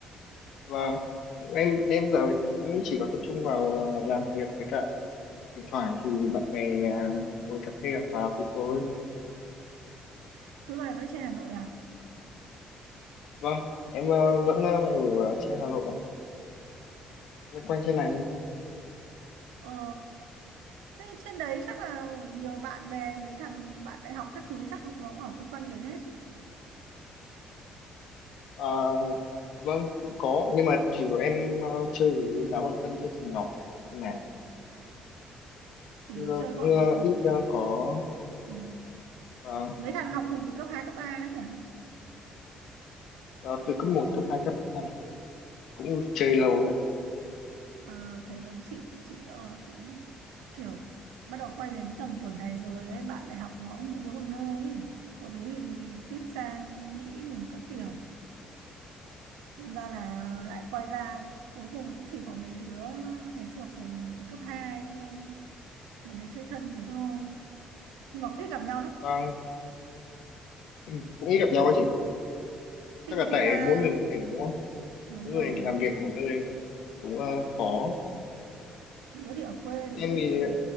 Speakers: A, on the left; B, on the right.
A: và cũng em em giờ cũng chỉ có tập trung vào ờ, làm việc với cả thỉnh thoảng thì bạn bè ờ, ngồi cà phê gặp vào thì thôi
B: chú dạo này vẫn trên Hà Nội à
A: vâng em ờ, vẫn ờ, ở trên Hà Nội ạ loanh quanh trên này thôi.
B: ờ thế trên đấy chắc là nhiều bạn bè mấy thằng bạn đại học các thứ chắc là chúng nó cũng ở quanh quanh đấy hết chứ
A: Ờ, vâng cũng có nhưng mà chủ yếu em ờ, chơi với đám bạn thân chơi từ nhỏ trên này
B: chỉ
A: Chứ, ờ,
B: chơi
A: cũng
B: bọn
A: ờ, ít ờ, có
B: ừ,
A: và
B: mấy thằng học cùng từ cấp 2 cấp ba ấy hả
A: ờ, từ cấp một cấp 2 cấp 3 cũng chơi lâu rồi ạ
B: ờ, thế giống chị chị ờ, cũng kiểu bắt đầu quay đến tầm tuổi này rồi ấy bạn đại học nó mỗi đứa một nơi ấy. có đứa thì tít sang Mỹ ngùng các kiểu đâm ra là lại quay ra cuối cùng cũng chỉ có mấy đứa ngày xưa học cùng từ cấp 2 lên mấy đứa chơi thân thế thôi nhưng mà cũng ít gặp nhau lắm
A: vâng <clears throat> cũng ít gặp nhau ấy chị
B: thì
A: chắc
B: tại
A: là
B: vì
A: tại
B: là
A: mỗi người một tỉnh đúng không
B: đúng
A: mỗi
B: rồi
A: người làm việc một nơi cũng ờ, khó
B: đứa thì ở quê đứa
A: em
B: thì
A: thì